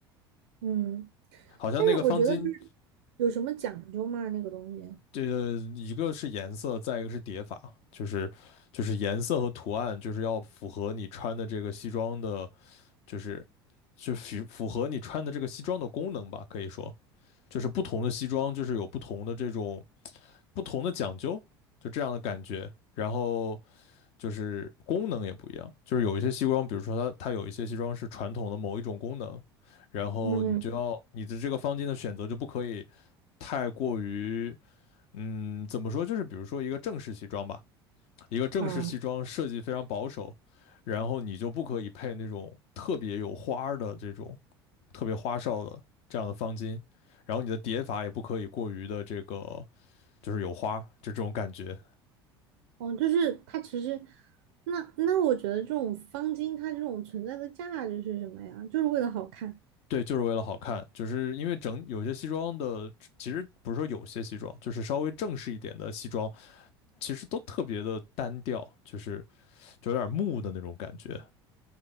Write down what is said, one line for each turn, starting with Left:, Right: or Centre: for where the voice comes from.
Right: 嗯，
Left: 好像那个方巾
Right: 但是我觉得就是有什么讲究吗？那个东西？
Left: 这个一个是颜色，再一个是叠法，就是就是颜色和图案，就是要符合你穿的这个西装的，就是就符符合你穿的这个西装的功能吧，可以说就是不同的西装就是有不同的这种不同的讲究，就这样的感觉。然后就是功能也不一样，就是有一些西装，比如说它它有一些西装是传统的某一种功能，然后你就要你的这个方巾的选择就不可以
Right: 嗯，
Left: 太过于嗯，怎么说？就是比如说一个正式西装吧，一个正式西装设计非常保守，
Right: 好。
Left: 然后你就不可以配那种特别有花儿的这种特别花哨的这样的方巾，然后你的叠法也不可以过于的这个就是有花，就这种感觉。
Right: 哦，就是它其实，那那我觉得这种方巾它这种存在的价值是什么呀？就是为了好看，
Left: 对，就是为了好看，就是因为整有些西装的，其实不是说有些西装，就是稍微正式一点的西装，其实都特别的单调，就是就有点木的那种感觉。